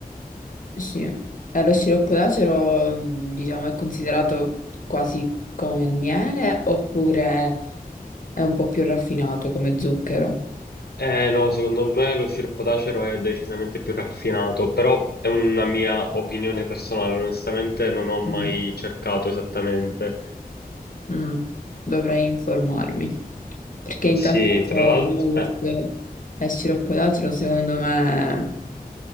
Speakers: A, on the left; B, on the left.
A: sì. Eh, lo sciroppo d'acero, mm, diciamo, è considerato quasi come il miele oppure è un po' più raffinato come zucchero.
B: Eh no, secondo me lo sciroppo d'acero è decisamente più raffinato, però è una mia opinione personale, onestamente non ho mai
A: Mm.
B: cercato esattamente.
A: Mm. Dovrei informarmi. Perché in
B: Sì,
A: tal caso
B: tra l'altro...
A: yogurt e sciroppo d'acero, secondo me,